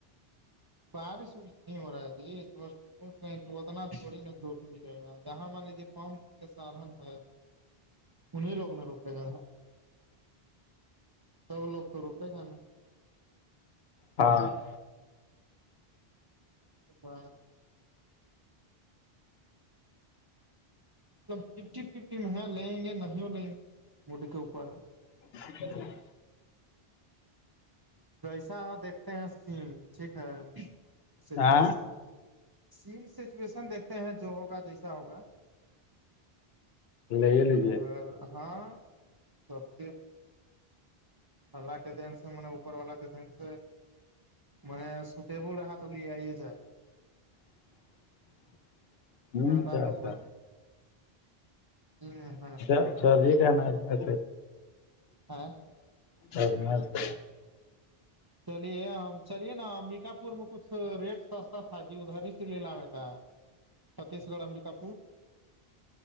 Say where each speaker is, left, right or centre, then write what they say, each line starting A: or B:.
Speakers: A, on the right; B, on the left.
A: بارش بس ن ہوور آی ص پوچھ رہے ہیں کہ اتنا تھوڑی نا جھوٹ ملے گا جہاں مان لیجیے فم کے سادھن ہے انیں لوگ نے روکے گا تھا سب لوگ تو روکے گا نہیں
B: ہاں <unintelligible>
A: پا <unintelligible> مطلب ففٹی ففٹی میں ہے لیں گے نہیں لیں گے مڈ کے اوپر <unintelligible>
B: جچا <unintelligible>
A: جیسا دیکھتے ہیں سین ٹھیک ہے سچویشن
B: ہاں
A: سیم سچویشن دیکھتے ہیں جو ہوگا جیسا ہوگا
B: لے لیجیے
A: اگر ہاں سب سے تھ کے دن سے اپر والا ک دن سے م سٹبل رہا تو لے آ یہ جائےا
B: <inaudible>
A: زیادہ
B: کیا
A: مطلب
B: ہوتا
A: یہ <unintelligible>
B: چ چل ہی کہناج میں
A: ہاں <unintelligible>
B: اور م س
A: چلیے ہم چلیے نا امبکا پور میں کچھ ریٹ سستا تھا جی ادھر ہی سے لیلا میں کا چھتیس گڑ امبکا پور <unintelligible>